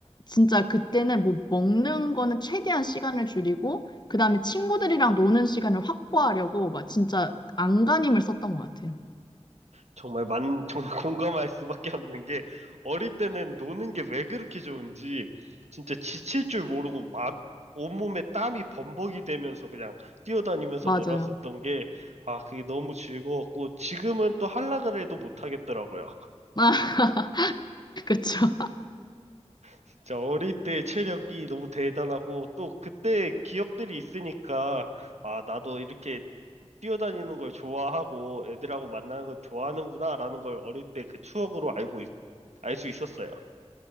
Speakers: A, on the left; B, on the right.
A: 진짜 그때는 뭐 먹는 거는 최대한 시간을 줄이고 그다음에 친구들이랑 노는 시간을 확보하려고 막 진짜 안간힘을 썼던 것 같아요.
B: 정말 만 <laughs> 정말 공감할 수밖에 없는 게 어릴 때는 노는 게 왜 그렇게 좋은지 진짜 지칠 줄 모르고 마, 온몸에 땀이 범벅이 되면서 그냥 뛰어다니면서
A: 맞아요.
B: 놀았었던 게 아 그게 너무 즐거웠고 지금은 또 하려 그래도 못 하겠더라고요.
A: 아, <laughs> 그쵸.
B: 진짜 어릴 때 체력이 너무 대단하고 또 그때 기억들이 있으니까 아 나도 이렇게 뛰어다니는 걸 좋아하고 애들하고 만나는 걸 좋아하는구나라는 걸 어릴 때 그 추억으로 알고 알 수 있었어요.